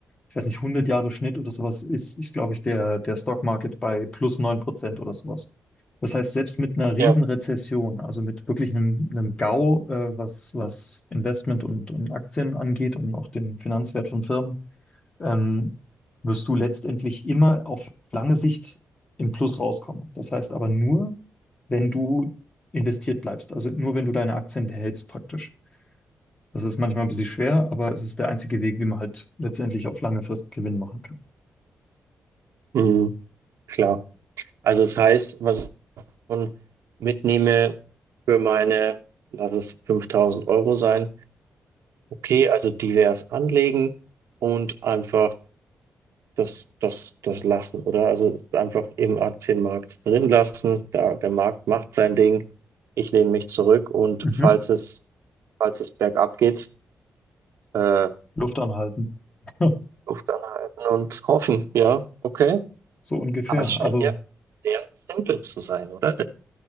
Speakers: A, on the left; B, on the right.
A: ich weiß nicht, hundert Jahre Schnitt oder sowas ist, ist glaube ich, der, der Stock Market bei plus 9% oder sowas. Das heißt, selbst mit einer Riesenrezession,
B: Ja.
A: also mit wirklich einem, einem GAU, äh, was, was Investment und, und Aktien angeht und auch den Finanzwert von Firmen, ähm, wirst du letztendlich immer auf lange Sicht im Plus rauskommen. Das heißt aber nur, wenn du investiert bleibst, also nur wenn du deine Aktien behältst praktisch. Das ist manchmal ein bisschen schwer, aber es ist der einzige Weg, wie man halt letztendlich auf lange Frist Gewinn machen kann.
B: Mhm, klar. Also es heißt, was ich schon mitnehme für meine, lass es 5000 Euro sein, okay, also divers anlegen und einfach das, das, das lassen, oder? Also einfach im Aktienmarkt drin lassen, da, der Markt macht sein Ding, ich lehne mich zurück und
A: Mhm.
B: falls es, falls es bergab geht, äh,
A: Luft anhalten. <laughs>
B: Luft anhalten und hoffen, ja, okay.
A: So ungefähr.
B: Aber es scheint
A: Also
B: ja sehr simpel zu sein, oder,